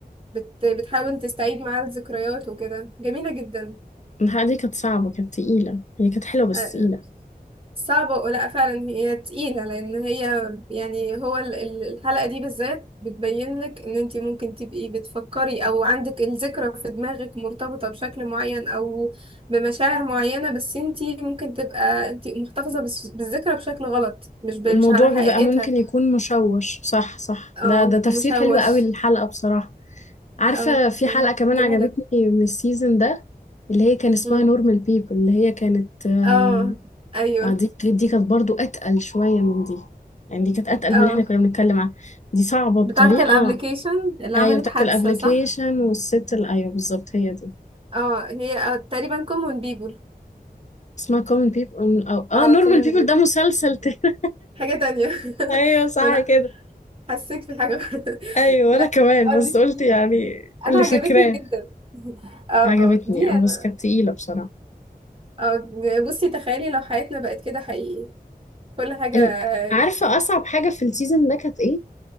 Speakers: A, on the right; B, on the left.
A: بت... بتحاول تستعيد معاه الذكريات وكده جميلة جدا
B: الحلقة دي كانت صعبة كانت تقيلة هي كانت حلوة بس
A: آه،
B: تقيلة
A: صعبة ولا فعلا هي تقيلة لأن هي يعني هو ال- ال- الحلقة دي بالذات بتبين لك إن أنت ممكن تبقي بتفكري أو عندك الذكرى في دماغك مرتبطة بشكل معين أو بمشاعر معينة بس أنت ممكن تبقى أنت محتفظة بس- بالذكرى بشكل غلط مش ب-
B: الموضوع
A: مش على حقيقتها
B: بيبقى ممكن يكون مشوش صح صح
A: اه
B: ده ده تفسير
A: مشوش
B: حلو قوي للحلقة بصراحة عارفة
A: اه
B: في
A: ف-
B: حلقة كمان
A: جميلة
B: عجبتني من السيزون ده اللي هي كان اسمها
A: مم.
B: نورمال بيبل اللي هي كانت اه
A: اه أيوه
B: آه، دي دي كانت برضو أتقل شوية من دي يعني دي كانت أتقل
A: اه
B: من اللي احنا كنا بنتكلم عنها دي صعبة
A: بتاعة
B: بطريقة
A: الابليكيشن اللي
B: ايوه
A: عملت
B: بتاعت
A: حادثة
B: الابليكيشن
A: صح؟
B: والست ال- ايوه بالظبط هي دي
A: اه هي آه، تقريبا common people
B: اسمها common people أو اه
A: اه
B: normal
A: كومن
B: people
A: بوي
B: ده مسلسل تاني <laughs>
A: حاجة تانية <laughs>
B: ايوه صح
A: فأنا
B: كده
A: حسيت في حاجة <laughs>
B: ايوه
A: لا
B: انا كمان
A: اه
B: بس
A: دي جميلة
B: قلت يعني
A: أنا
B: اللي
A: عجبتني
B: فاكراه
A: جدا <laughs> اه
B: عجبتني
A: دي أنا
B: اه بس كانت تقيله بصراحه
A: اه بصي تخيلي لو حياتنا بقت كده حقيقي كل حاجة
B: ال-
A: آه،
B: عارفه اصعب حاجه في السيزون ده كانت ايه